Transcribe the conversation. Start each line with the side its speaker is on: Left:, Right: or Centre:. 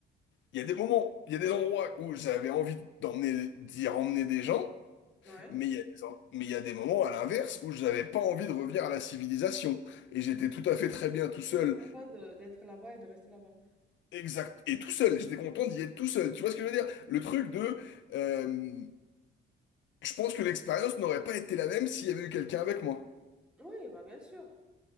Left: il y a des moments, il y a des endroits où j'avais envie d'emmener, d'y emmener des gens,
Centre: Ouais.
Left: mais il y a des, en- mais il y a des moments à l'inverse où j'avais pas envie de revenir à la civilisation. Et j'étais tout à fait très bien tout seul
Centre: T'étais content de- d'être là-bas et de rester là-bas.
Left: Exact. Et tout seul, j'étais content d'y être tout seul. Tu vois ce que je veux dire? Le truc de... euh, je pense que l'expérience n'aurait pas été la même s'il y avait eu quelqu'un avec moi.
Centre: Oui, bah bien sûr.